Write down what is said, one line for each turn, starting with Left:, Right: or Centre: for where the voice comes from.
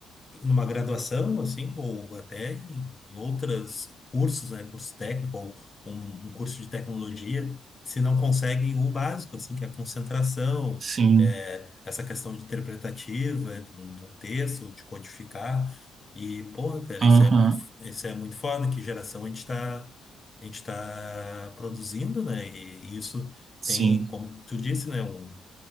Left: numa graduação, assim, ou até em em outras cursos, né, curso técnico ou um, um curso de tecnologia, se não conseguem o básico, assim, que é a concentração,
Right: Sim.
Left: é, essa questão de interpretativa, de um, de um texto, de codificar. E, porra, cara,
Right: Aham.
Left: isso é muito, isso é muito foda, que geração a gente está a gente tá produzindo, né? E, e isso
Right: Sim.
Left: tem, como tu disse, né, um